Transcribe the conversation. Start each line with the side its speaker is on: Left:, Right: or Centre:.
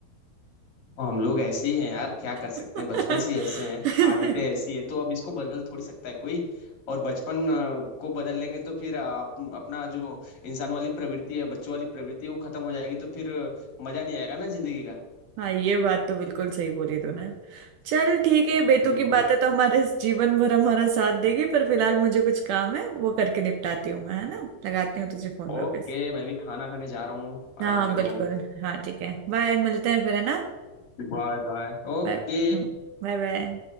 Left: और हम लोग ऐसे ही हैं यार क्या कर सकते
Right: <laughs>
Left: हैं बचपन से ही ऐसे हैं आदतें ऐसी है तो अब इसको बदल थोड़ी सकता है कोई और बचपन अ, को बदल लेंगे तो फिर आप अपना जो इंसान वाली प्रवृत्ति है बच्चों वाली प्रवृत्ति है वो खत्म हो जाएगी तो फिर अ, मजा नहीं आएगा ना जिंदगी का
Right: हाँ ये बात तो बिल्कुल सही बोली तूने चल ठीक है बेतुकी
Left: बिल्कुल
Right: बातें तो हमारे इस जीवन भर हमारा साथ देगी पर फिलहाल मुझे कुछ काम है वो करके निपटाती हूँ मैं है ना लगाती हूँ तुझे फोन
Left: ओके
Right: वापस
Left: मैं भी खाना खाने जा रहा हूँ
Right: हाँ
Left: आराम कर
Right: बिल्कुल
Left: लो
Right: हाँ ठीक है बाय मिलते हैं फिर है ना
Left: Bye bye okay
Right: बाय हम्म, Bye bye